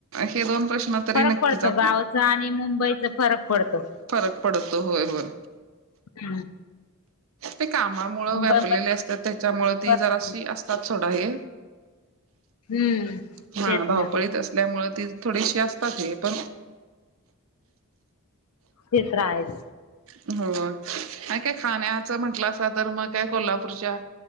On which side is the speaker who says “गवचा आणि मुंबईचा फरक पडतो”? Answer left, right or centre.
Left